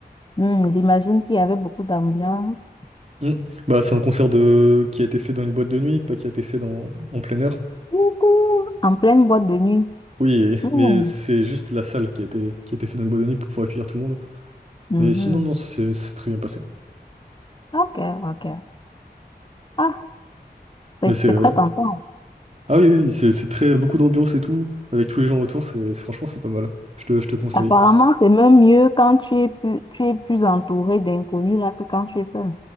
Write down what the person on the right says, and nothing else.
Mm. Bah, c'est un concert de... qui a été fait dans une boîte de nuit, pas qui a été fait dans... en plein air.
Oui, et-
mais c'est juste la salle qui a été, qui a été fait dans une boîte de nuit pour pouvoir accueillir tout le monde.
Mais sinon, non, c'est c'est très bien passé.
Mais c'est...
euh,
Ah oui, oui, c'est c'est très... beaucoup d'ambiance et tout, avec tous les gens autour, c'est c'est- franchement c'est pas mal. Je te, je te conseille.